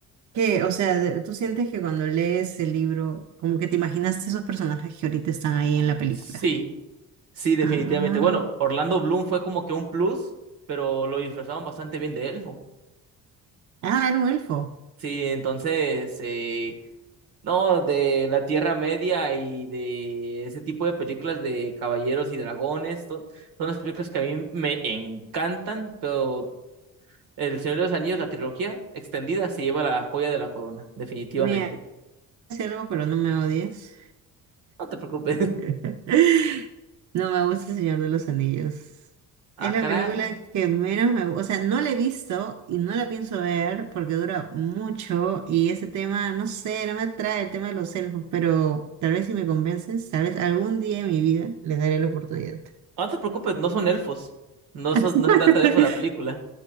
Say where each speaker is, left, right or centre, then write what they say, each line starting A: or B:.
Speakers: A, on the right; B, on the right.
A: ¿Qué? O sea, de- ¿tú sientes que cuando lees el libro, como que te imaginas esos personajes que ahorita están ahí en la película?
B: Sí, sí, definitivamente.
A: Ah,
B: Bueno, Orlando Bloom fue como que un plus, pero lo disfrazaron bastante bien de elfo.
A: ah, era un elfo.
B: Sí, entonces... eh, No, de la Tierra Media y de ese tipo de películas de caballeros y dragones. to- son las películas que a mí me encantan, pero El Señor de los Anillos, la trilogía extendida, se lleva la joya de la corona, definitivamente.
A: Me hace algo, pero no me odies.
B: No te preocupes. <laughs>
A: <laughs> No me gusta El Señor de los Anillos.
B: Ah,
A: Es la
B: caray.
A: película que menos me gusta. O sea, no la he visto y no la pienso ver porque dura mucho y ese tema, no sé, no me atrae el tema de los elfos, pero tal vez si me convences, tal vez algún día en mi vida les daré la oportunidad.
B: No te preocupes, no son elfos. No,
A: <laughs>
B: son- no se trata de elfos la película.